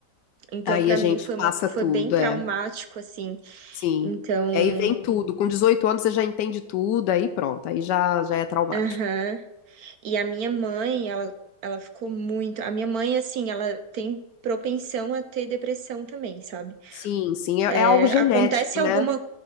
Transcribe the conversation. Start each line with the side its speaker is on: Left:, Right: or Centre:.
Right: Então,
Left: Aí
Right: para
Left: a gente
Right: mim foi
Left: passa
Right: uma, foi
Left: tudo,
Right: bem traumático
Left: é.
Right: assim.
Left: Sim.
Right: Então,
Left: Que aí vem tudo. Com 18 anos você já entende tudo, aí pronto, aí já já é traumático.
Right: aham. E a minha mãe, ela ela ficou muito, a minha mãe assim, ela tem propensão a ter depressão também, sabe?
Left: Sim, sim, é,
Right: É,
Left: é algo genético,
Right: acontece
Left: né?
Right: alguma